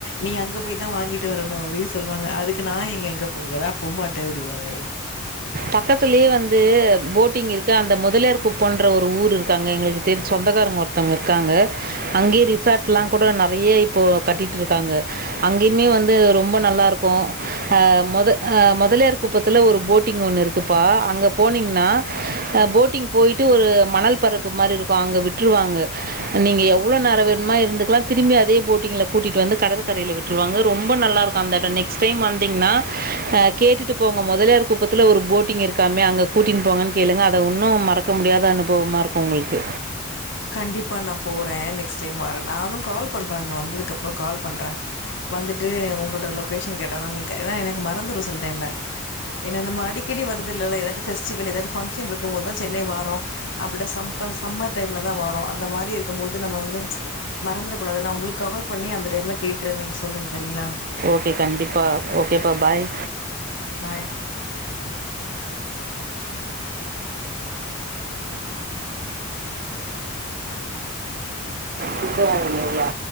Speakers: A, on the left; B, on the right.
A: நீ அங்க போய் தா வாங்கிட்டு வரணு அப்டீ சொல்லுங்க அதுக்கு நா எங்க அங்க போகதா போமாட்ட அப்டிவாங்
B: பக்கத்துலயே வந்து போட்டிங் இருக்கு அந்த மொ மொதலியார் குப்பொன்ற ஒரு ஊர் இருக்கு அங்க எங்களுக்கு தெரி சொந்தக்காரங்க ஒருத்தவ்ங்க இருக்காங்க அங்கயே ரிசார்ட்லா கூட நறைய இப்போ கட்டிட்ருக்காங்க அங்கய்மே வந்து ரொம்ப நல்லா இருக்கு ஆ மொத ஆ மொதலியார் குப்பத் துல ஒரு போட்டிங் ஒன்னு இருக்குப்பா அங்க போனீங்னா போட்டிங் போயிட்டு ஒரு மணல் பரப்பு மாரி இருக்கு அங்க விட்ருவாங்க நீங்க எவ்ளோ நேர வேண்மோ இருந்துக்லா திரிம்பி அதே போட்டிங்ல கூட்டிட்டு வந்து கடற்கரையில விட்ருவாங்க ரொம்ப நல்லார்க்கு அந் தட நெக்ஸ் டைம் வந்தீங்ன்னா அ கேட்டுட்டு இப்போ உங்க மொதலியார் குப்பத்துல ஒரு போட்டிங் இருக்காமே அங்க கூட்டின் போங்கன் கேளுங்க அத உன்னு மறக்க முடியாத அனுபவமா இருக்கு உங்களுக்கு
A: கண்டிப்பா நா போறே நெக்ஸ்ட் டைமு வர நானு கால் பண்ற அங்க வந்ததுக்கப்றொ கால் பண்ற வந்துட்டு உங்களோட லொகேஷன் கேட்டானா நிக்க ஏனா எனக்கு மறந்துரு செல் டைம்ல ஏனா நம்ம அடிக்கடி வருதுல்லால எதாது ஃபெஸ்டிவல் எதாது ஃபங்க்ஷன் இருக்கம் போதுதா சென்னை வாரோ அப்டா சம்ப்பர் சம்மர் டைம் லதா வாரோ அந்த மாரி இருக்கம்போது நம்ம வந்து மறந்துறக் கூடாது நா உங்களுக் கால் பண்ணி அந்த டைம்ல கேக்குற நீங்க சொல்லுங்க சரிங்களா
B: ஓகே கண்டிப்பா ஓகேப்பா பாய்
A: பாய்
B: பிஸே ஐநூற்வா